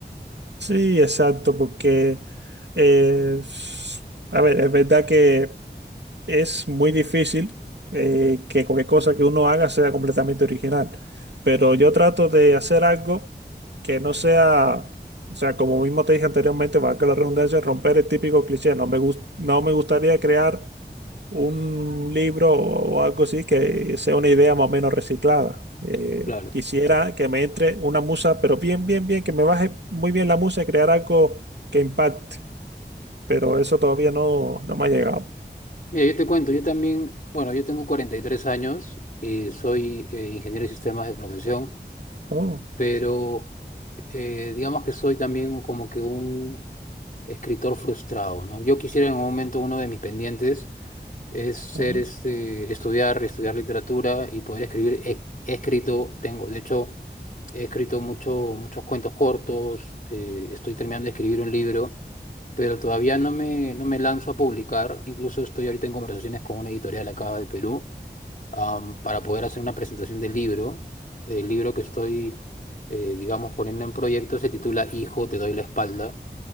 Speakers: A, on the right (about 75°); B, on the left (about 50°).
A: Sí, exacto, porque, eh, s- a ver, es verdad que es muy difícil eh, que cualquier cosa que uno haga sea completamente original, pero yo trato de hacer algo que no sea, o sea, como mismo te dije anteriormente, valga la redundancia, romper el típico cliché. No me gus- no me gustaría crear un libro o algo así que sea una idea más o menos reciclada. Eh,
B: Claro.
A: quisiera que me entre una musa, pero bien, bien, bien, que me baje muy bien la musa y crear algo que impacte, pero eso todavía no, no me ha llegado.
B: Mira, yo te cuento, yo también, bueno, yo tengo 43 años, eh, soy eh, ingeniero de sistemas de profesión,
A: Oh,
B: pero... eh, digamos que soy también como que un escritor frustrado, ¿no? Yo quisiera en un momento uno de mis pendientes es ser
A: oh,
B: este, estudiar, estudiar literatura y poder escribir. He, he escrito, tengo, de hecho, he escrito mucho, muchos cuentos cortos, eh, estoy terminando de escribir un libro, pero todavía no me, no me lanzo a publicar. Incluso estoy ahorita en conversaciones con una editorial acá de Perú am, para poder hacer una presentación del libro. El libro que estoy, eh, digamos, poniendo en proyecto se titula Hijo, te doy la espalda.